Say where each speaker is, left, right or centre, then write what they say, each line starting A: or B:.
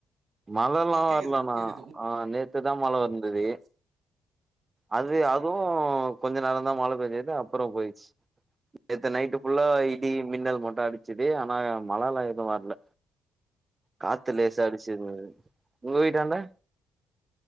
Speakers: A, on the right; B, on the right.
A: மழ எல்லா
B: ஆ கேக்குது
A: வரலணா
B: ப்ரோ கேக்குது
A: ஆ நேத்துதா மழ‌ வந்துது
B: ஆ
A: அது
B: சேரி சேரி
A: அதுவு கொஞ்ச நேரோ தா மழ பேஞ்சது அப்றோ போயிச்சு நேத்து நைட்டு ஃபுல்லா
B: சேரி சேரி
A: இடியு மின்னல் மட்டு அடிச்சுது ஆனா மழ எல்லா எது வரல காத்து
B: சேரி
A: லேசா
B: சேரி
A: அடிச்சிது
B: ப்ரோ
A: உங்க வீட்டாண்ட